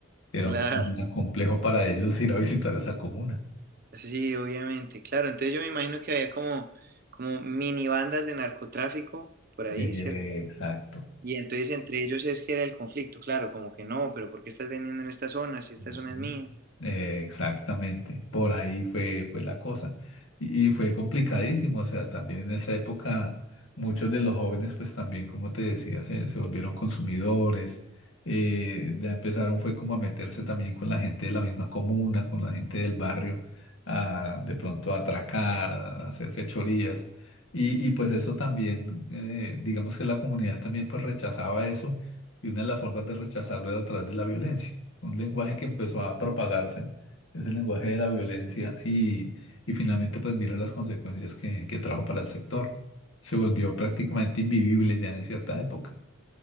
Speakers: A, on the left; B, on the right.
A: Era
B: Claro,
A: un, un complejo para ellos ir a visitar esa comuna.
B: sí, obviamente, claro. Entonces yo me imagino que había como, como mini bandas de narcotráfico por ahí,
A: Eh,
B: ¿cierto?
A: Exacto.
B: Y entonces entre ellos es que era el conflicto, claro, como que no, pero ¿por qué estás vendiendo en esta zona si esta
A: Ujú.
B: zona es mía?
A: Eh, exactamente, por ahí fue, fue la cosa. Y, y fue complicadísimo, o sea, también en esa época muchos de los jóvenes, pues también, como te decía, se, se volvieron consumidores, eh, ya empezaron fue como a meterse también con la gente de la misma comuna, con la gente del barrio, a de pronto a atracar, a hacer fechorías. Y, y pues eso también, eh, digamos que la comunidad también pues rechazaba eso y una de las formas de rechazarlo era a través de la violencia un lenguaje que empezó a propagarse, es el lenguaje de la violencia y, y finalmente pues mira las consecuencias que, que trajo para el sector. Se volvió prácticamente invivible ya en cierta época.